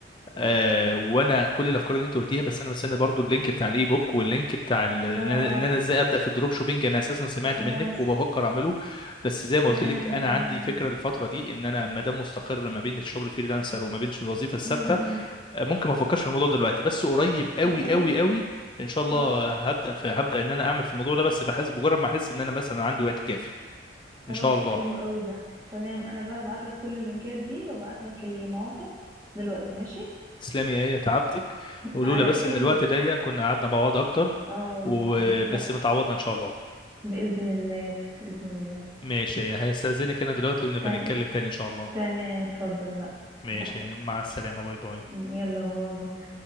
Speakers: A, on the left; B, on the right.
A: آه وانا كل الافكار اللي انت قلتيها بس انا مستني برضو اللينك بتاع الاي بوك واللينك بتاع ال... ان
B: اه
A: انا
B: اه
A: إن أنا ازاي ابدا في الدروب شوبينج انا اساسا سمعت
B: خلاص
A: منك وبفكر اعمله بس زي ما
B: تمام
A: قلت لك انا
B: تمام
A: عندي فكره الفتره دي ان انا ما دام مستقر ما بين الشغل فريلانسر وما بين الوظيفه الثابته
B: امم
A: ممكن ما افكرش في الموضوع دلوقتي بس قريب قوي
B: طب تمام
A: قوي قوي ان شاء الله
B: اه
A: هبدا في هبدا ان انا اعمل في الموضوع ده بس بحس بمجرد ما احس ان انا مثلا عندي وقت كافي
B: خلاص
A: ان شاء الله
B: حلو قوي ده تمام انا بقى هبعت لك كل اللينكات دي وابعت لك المواقع دلوقتي ماشي
A: تسلمي يا ايه تعبتك ولولا
B: على
A: بس
B: ايه
A: ان الوقت
B: بس
A: ضيق كنا قعدنا مع بعض اكتر
B: اه والله
A: وبس
B: لا
A: متعوضه ان شاء الله
B: باذن الله باذن الله
A: ماشي يا إيه، هستاذنك انا دلوقتي ونبقى
B: تمام
A: نتكلم تاني ان شاء الله
B: تمام اتفضل لا
A: ماشي
B: براحتك
A: يا إيه، مع السلامه باي باي
B: يلا باي باي